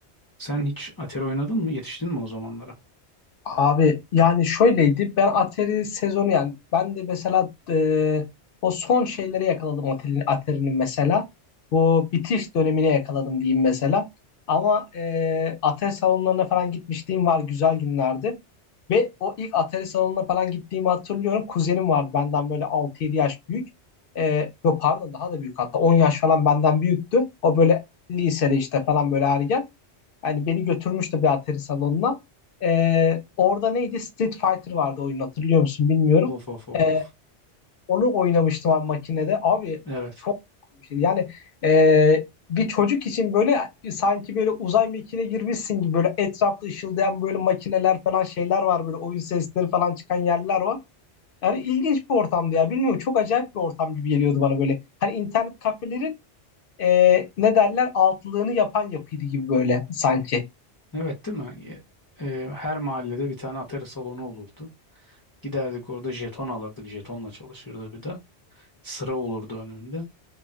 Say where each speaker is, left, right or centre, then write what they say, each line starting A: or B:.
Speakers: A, on the left (about 25°); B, on the left (about 60°).
A: Sen hiç Atari oynadın mı? Yetiştin mi o zamanlara?
B: Abi yani şöyleydi ben Atari sezonu yani ben de mesela e, o son şeyleri yakaladım Atari'nin Atari'nin mesela bu bitiş dönemine yakaladım diyeyim mesela ama e, Atari salonlarına falan gitmişliğim var güzel günlerdi ve o ilk Atari salonuna falan gittiğimi hatırlıyorum kuzenim vardı benden böyle altı yedi yaş büyük e, yok pardon daha da büyük hatta 10 yaş falan benden büyüktü o böyle lisede işte falan böyle ergen Hani beni götürmüştü bir atari salonuna. Ee, orada neydi? Street Fighter vardı oyun hatırlıyor musun bilmiyorum.
A: Of of of
B: Ee,
A: of.
B: onu oynamıştım abi makinede. Abi
A: Evet.
B: çok bir şeydi. Yani e, bir çocuk için böyle sanki böyle uzay mekiğine girmişsin gibi böyle etrafta ışıldayan böyle makineler falan şeyler var böyle oyun sesleri falan çıkan yerler var. Yani ilginç bir ortamdı ya. Bilmiyorum çok acayip bir ortam gibi geliyordu bana böyle. Hani internet kafelerin e, ne derler altlığını yapan yapıydı gibi böyle sanki.
A: Evet değil mi? Ye- e, her mahallede bir tane atari salonu olurdu. Giderdik orada jeton alırdık. Jetonla çalışırdı bir de. Sıra olurdu önünde.